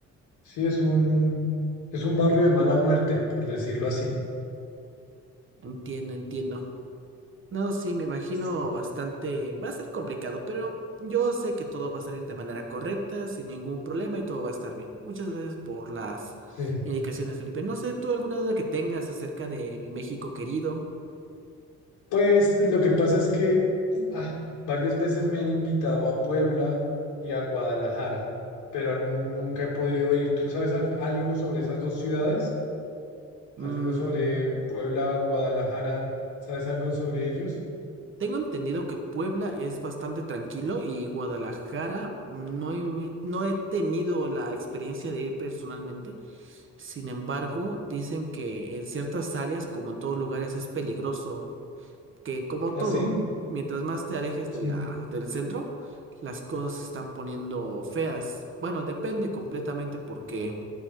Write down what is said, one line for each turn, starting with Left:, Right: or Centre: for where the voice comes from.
Left: sí, es un, es un barrio de mala muerte, por decirlo así.
Right: Entiendo, entiendo. No, sí, me imagino
Left: Sí,
Right: bastante. Va a ser complicado, pero yo sé que todo va a salir de manera correcta, sin ningún problema y todo va a estar bien. Muchas gracias por las
Left: sí.
Right: indicaciones, Felipe. No sé, ¿tú alguna duda que tengas acerca de mi México querido?
Left: Pues lo que pasa es que ah, varias veces me han invitado a Puebla y a Guadalajara, pero nu- nunca he podido ir. ¿Tú sabes al- algo sobre esas dos ciudades? ¿Algo
Right: Mm,
Left: sobre Puebla, Guadalajara? ¿Sabes algo sobre ellos?
Right: tengo entendido que Puebla es bastante tranquilo y Guadalajara mm, no he, no he tenido la experiencia de ir personalmente. Sin embargo, dicen que en ciertas áreas, como en todos lugares, es peligroso, que como
Left: ¿Ah,
Right: todo,
Left: sí?
Right: mientras más te alejes
Left: Sí,
Right: de la, del centro, las cosas se están poniendo feas. Bueno, depende completamente porque